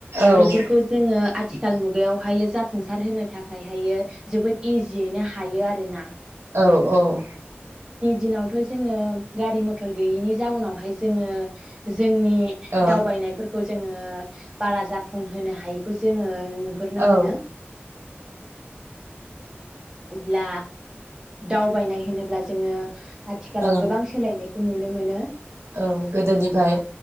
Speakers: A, on the right; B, on the right.
A: ओ
B: बेफोरखौ जोङो आथिखाल मुगायाव हायो जाफुंसार होनो थाखाय हायो जोबोद इजियैनो हायो आरो ना
A: औ औ
B: दिनावथ' जोङो गारि मथर गैयिनि जाउनावहाय जोङो जोंनि
A: औ
B: दावबायनायफोरखौ जोङो बारा जाफुंहोनो हायैखौ जोङो नुहुरनो
A: औ
B: मोनो अब्ला दावबायनाय होनोब्ला जोङो आथिखालाव
A: ओं
B: गोबां सोलायनाय नुनो मोनो।
A: औ गोदोनिफ्राय